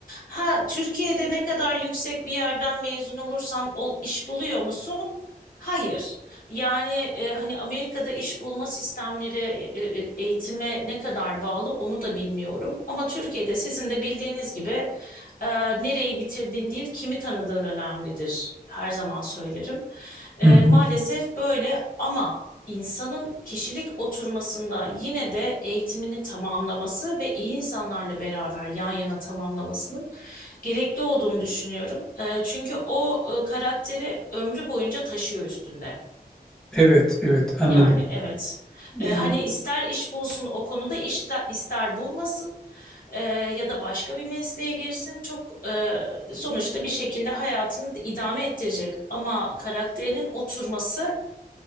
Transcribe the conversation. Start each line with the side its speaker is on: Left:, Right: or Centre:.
Left: Ha Türkiye'de ne kadar yüksek bir yerden mezun olursan ol, iş buluyor musun? Hayır. Yani e, hani Amerika'da iş bulma sistemleri e, e, eğitime ne kadar bağlı onu da bilmiyorum. Ama Türkiye'de sizin de bildiğiniz gibi ee, nereyi bitirdiğin değil, kimi tanıdığın önemlidir. Her zaman söylerim. Ee,
Centre: Hı
Left: maalesef
Centre: hı.
Left: böyle ama insanın kişilik oturmasında yine de eğitimini tamamlaması ve iyi insanlarla beraber yan yana tamamlamasının gerekli olduğunu düşünüyorum. Ee, çünkü o e, karakteri ömrü boyunca taşıyor üstünde.
Centre: Evet, evet anladım.
Left: Yani evet. Ee,
Centre: Ee,
Left: hani ister iş bulsun o konuda ister, ister bulmasın e, ya da başka bir mesleğe girsin. Çok e, sonuçta bir şekilde hayatını da idame ettirecek. Ama karakterinin oturması